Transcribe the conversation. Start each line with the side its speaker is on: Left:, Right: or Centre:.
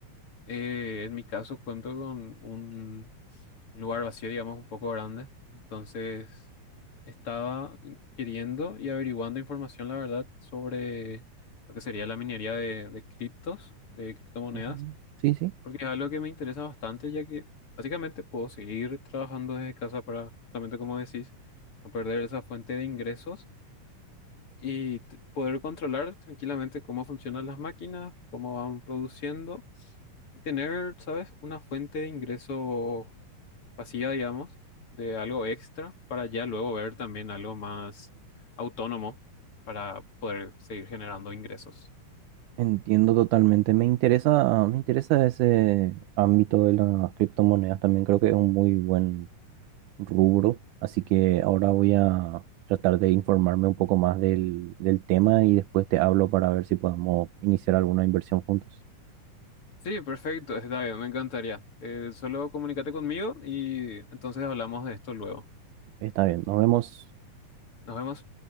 Left: eh, en mi caso cuento con un, un lugar vacío, digamos, un poco grande, entonces estaba in- queriendo y averiguando información, la verdad, sobre lo que sería la minería de, de criptos, de criptomonedas.
Right: Ujú. Sí, sí.
Left: Porque es algo que me interesa bastante, ya que básicamente puedo seguir trabajando desde casa para, justamente como decís, no perder esa fuente de ingresos y t- poder controlar tranquilamente cómo funcionan las máquinas, cómo van produciendo, y tener, ¿sabes?, una fuente de ingreso pasiva, digamos, de algo extra para ya luego ver también algo más autónomo para poder seguir generando ingresos.
Right: Entiendo totalmente. Me interesa, me interesa ese ámbito de las criptomonedas. También creo que es un muy buen rubro. Así que ahora voy a tratar de informarme un poco más del, del tema y después te hablo para ver si podemos iniciar alguna inversión juntos.
Left: Sí, perfecto, está bien, me encantaría. Eh, solo comunícate conmigo y entonces hablamos de esto luego.
Right: Está bien, nos vemos.
Left: Nos vemos.